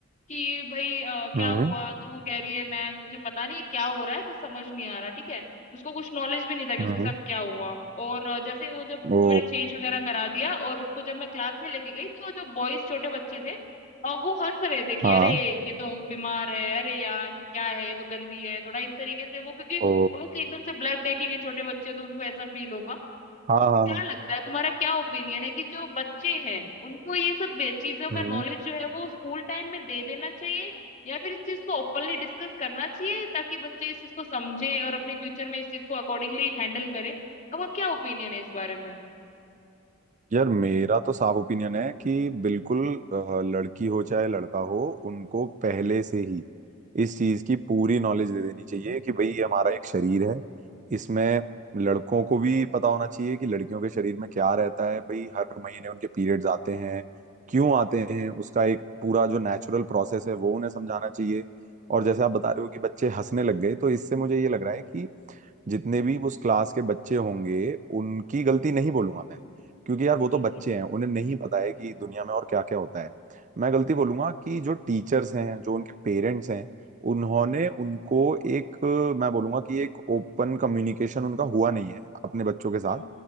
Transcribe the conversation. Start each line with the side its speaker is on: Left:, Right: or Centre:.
Left: कि भाई अ, क्या
Right: हम्म
Left: हुआ तो वो कह रही है मैम मुझे पता नहीं है क्या हो रहा है कुछ समझ नहीं आ रहा ठीक है उसको कुछ नॉलेज भी नहीं था कि
Right: हम्म
Left: उसके साथ क्या हुआ और अ, जैसे ही वो जब उसको
Right: ओ
Left: मैंने चेंज वगैरह करा दिया और उसको जब मैं क्लास में लेके गई तो जो बॉयज छोटे बच्चे थे अ, वो हंस रहे थे कि
Right: हाँ
Left: अरे ये तो बीमार है अरे यार ये क्या है ये तो गंदी है थोड़ा इस तरीके से वो क्योंकि
Right: ओ
Left: obviously एकदम से ब्लड देखेंगे छोटे बच्चे तो उनको ऐसा फील होगा
Right: हाँ हाँ
Left: क्या
Right: हाँ,
Left: लगता है तुम्हारा क्या ओपिनियन है कि जो बच्चे हैं उनको ये सब बे- चीजों का
Right: हम्म
Left: नॉलेज जो है वो स्कूल टाइम में दे देना चाहिए या फिर इस चीज को ओपनली डिस्कस करना चाहिए ताकि बच्चे इस चीज को समझे और अपने फ्यूचर में इस चीज को अकॉर्डिंगली हैंडल करें आपका क्या ओपिनियन है इस बारे में
Right: यार मेरा तो साफ ओपिनियन है कि बिल्कुल अ, लड़की हो चाहे लड़का हो उनको पहले से ही इस चीज की पूरी नॉलेज दे देनी चाहिए कि भाई ये हमारा एक शरीर है इसमें लड़कों को भी पता होना चाहिए कि लड़कियों के शरीर में क्या रहता है भाई हर महीने उनके पीरियड्स आते हैं क्यों आते हैं उसका एक पूरा जो नेचुरल प्रोसेस है वो उन्हें समझाना चाहिए और जैसे आप बता रहे हो कि बच्चे हंसने लग गए तो इससे मुझे ये लग रहा है कि जितने भी उस क्लास के बच्चे होंगे उनकी गलती नहीं बोलूंगा मैं क्योंकि यार वो तो
Left: बिल्कुल
Right: बच्चे हैं उन्हें नहीं पता है कि दुनिया में और क्या क्या होता है मैं गलती बोलूंगा कि जो टीचर्स हैं जो उनके पेरेंट्स हैं उन्होंने उनको एक मैं बोलूंगा कि एक ओपन कम्युनिकेशन उनका हुआ नहीं है अपने बच्चों के साथ
Left: हम्म,